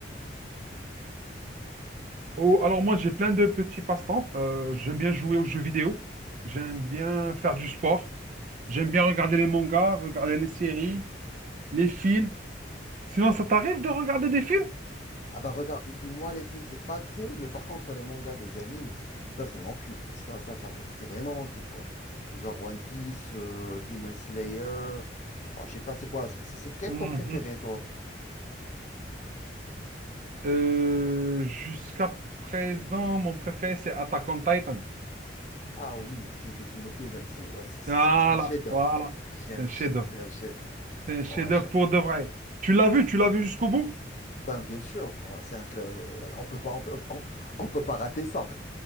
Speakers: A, on the right; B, on the left.
A: Oh, alors moi, j'ai plein de petits passe-temps. Euh, j'aime bien jouer aux jeux vidéo. J'aime bien faire du sport. J'aime bien regarder les mangas, regarder les séries, les films. Sinon, ça t'arrive de regarder des films?
B: Ah bah regarde, m- moi les films c'est pas trop, mais par contre les mangas, les animes, pff, ça c'est mon kiff, ça, ça, ça c'est vraiment mon kiff quoi. Genre One Piece, euh, Demon Slayer, oh, je sais pas c'est quoi, c'est c'est- c'est lequel
A: Mhm.
B: ton préféré toi?
A: Euh, jusqu'à présent, mon préféré, c'est Attack on Titan.
B: Ah oui, Shingeki no Kyojin, c'est euh, c'est c'est-
A: Voilà,
B: c'est un chef-d'œuvre,
A: voilà.
B: c'est
A: C'est
B: un,
A: un
B: ch-
A: chef-d'œuvre.
B: c'est un chef-d'œuvre,
A: C'est un chef-d'œuvre
B: ouais chef.
A: pour de vrai. Tu l'as vu, tu l'as vu jusqu'au bout?
B: Ben bien sûr, ouais, c'est un cla- euh, on peut pas on peut, on on peut pas rater ça.